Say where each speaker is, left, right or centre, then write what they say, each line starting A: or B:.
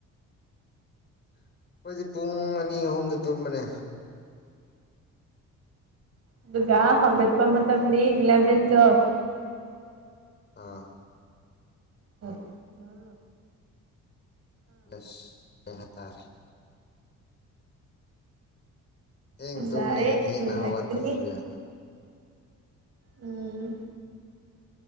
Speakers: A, on the left (about 35°); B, on the right (about 55°).
A: ꯑꯩꯈꯣꯏꯗꯤ ꯄꯨꯡ ꯑꯅꯤ ꯑꯍꯨꯝꯗ ꯇꯨꯝꯕꯅꯦ
B: ꯑꯗꯨꯒ ꯍꯧꯒꯠꯄ ꯃꯇꯝꯗꯤ ꯏꯂꯦꯕꯦꯟ ꯇꯨꯋꯦꯐ
A: ꯑꯥ
B: ꯫ <inaudible>
A: <inaudible> ꯊꯦꯡ
B: ꯐꯖꯔꯦ
A: ꯇꯨꯝꯅꯤꯅ ꯊꯦꯡꯅ
B: ꯅꯨꯡꯉꯥꯏꯒꯅꯤ
A: ꯍꯧꯒꯠꯇꯕꯁꯨ ꯌꯥꯗꯕ
B: ꯎꯝ